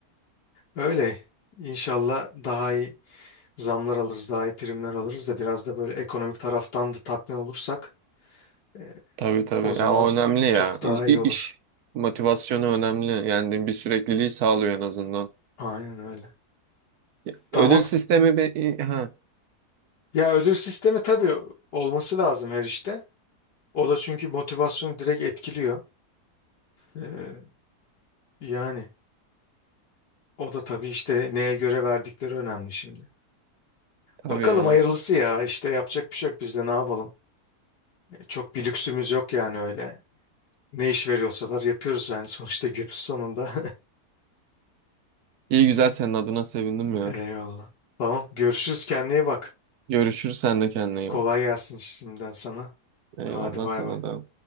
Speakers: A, on the left; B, on the right.
A: Öyle. İnşallah daha iyi zamlar alırız, daha iyi primler alırız da biraz da böyle ekonomik taraftan da tatmin olursak e,
B: Tabii tabii.
A: o
B: Ya
A: zaman
B: o önemli ya.
A: çok
B: İş,
A: daha iyi olur.
B: iş motivasyonu önemli. Yani bir sürekliliği sağlıyor en azından.
A: Aynen öyle.
B: Ya,
A: Tamam.
B: Ödül sistemi be- ha.
A: Ya ödül sistemi tabii olması lazım her işte. O da çünkü motivasyonu direkt etkiliyor. Ee, yani o da tabii işte neye göre verdikleri önemli şimdi.
B: Tabii
A: Bakalım
B: yani.
A: hayırlısı ya işte yapacak bir şey yok biz de ne yapalım. Çok bir lüksümüz yok yani öyle. Ne iş veriyorsalar yapıyoruz yani <laughs> sonuçta günün sonunda.
B: İyi güzel senin adına sevindim
A: <laughs>
B: ya.
A: Eyvallah. Tamam görüşürüz kendine iyi bak.
B: Görüşürüz sen de kendine iyi
A: Kolay
B: bak.
A: gelsin şimdiden sana.
B: Eyvallah
A: Hadi bay
B: sana
A: bay.
B: da.